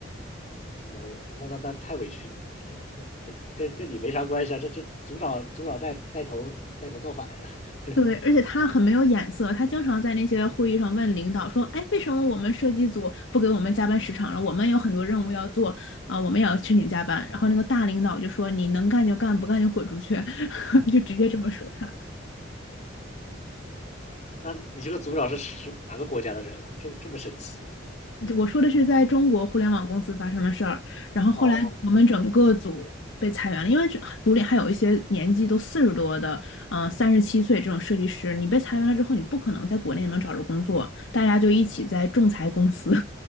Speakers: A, on the left; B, on the left.
A: no，那那那太委屈你了呀，这这跟跟你没啥关系啊，这这组长组长带带头带头造反呀，<laughs>
B: 对，而且他很没有眼色，他经常在那些会议上问领导说：“哎，为什么我们设计组不给我们加班时长了？我们有很多任务要做啊、我们也要申请加班。”然后那个大领导就说：“你能干就干，不干就滚出去。” <laughs> 就直接这么说他。
A: 那你这个组长是什哪个国家的人啊？这么这么神奇？
B: 我说的是在中国互联网公司发生的事儿，然后后来我们整个组被裁员了，
A: 哦，
B: 因为这组里还有一些年纪都四十多的，嗯、三十七岁这种设计师，你被裁员了之后，你不可能在国内能找着工作，大家就一起在仲裁公司。